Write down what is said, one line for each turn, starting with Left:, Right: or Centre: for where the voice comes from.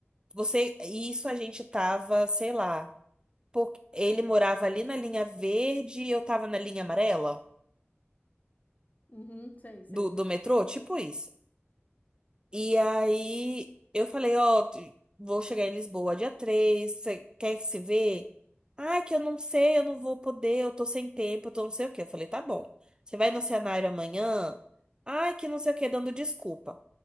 Right: você. e Isso a gente tava, sei lá. Porque ele morava ali na linha verde e eu tava na linha amarela.
Left: Uhum, sei, sei.
Right: do, do metrô, tipo isso. E aí eu falei, ó, t- vou chegar em Lisboa dia três você quer se ver? Ah, que eu não sei, eu não vou poder, eu tô sem tempo, eu tô não sei o quê. Eu falei, tá bom. Você vai no cenário amanhã? Ah, que não sei o quê, dando desculpa.